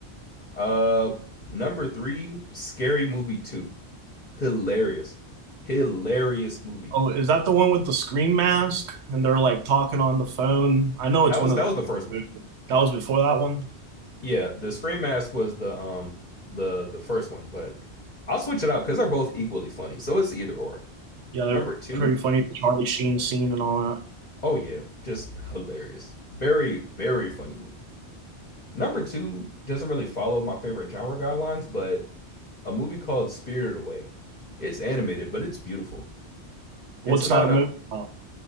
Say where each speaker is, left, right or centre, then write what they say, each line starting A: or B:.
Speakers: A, on the left; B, on the right.
A: Uh, number three, Scary Movie 2. Hilarious. Hilarious movie.
B: Oh, is that the one with the scream mask and they're like talking on the phone? I know
A: That
B: it's
A: was
B: one of
A: that was the first one.
B: the that was before that one.
A: Yeah, the Scream Mask was the um the the first one, but I'll switch it out because they're both equally funny. So it's either or.
B: Yeah, they're
A: Number two,
B: pretty funny. The Charlie Sheen scene and all that.
A: oh yeah, just hilarious. Very, very funny movie. Number two doesn't really follow my favorite genre guidelines, but a movie called Spirited Away. It's animated, but it's beautiful.
B: What's
A: It's about
B: that a movie
A: a
B: about?